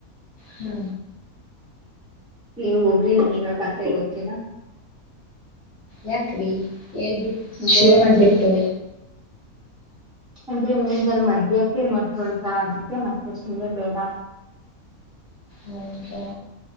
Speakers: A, on the left (about 35°); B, in the centre.
A: ಹ್ಮ
B: ನೀವು ಹೋಗ್ರಿ ನನೀಗ ಕತೆ ಗೊತ್ತಿಲ್ಲ
A: ಯಾಕ್ರಿ ಎಲ್ಬಿಟ್ಟ ಶುರು
B: ಬೇಡ
A: ಮಾಡ್ಬಿಟ್ಟು
B: ಅಂದ್ರೆ ನೀಮಗ ಅಲ್ ಮಧ್ಯ್ಯಕ್ಕೆ ಮರ್ತೊಯ್ತಾ ಅದಕ್ಕೆ ನಕಷ್ಮಲೆ ಬೇಡ
A: ಹೌದಾ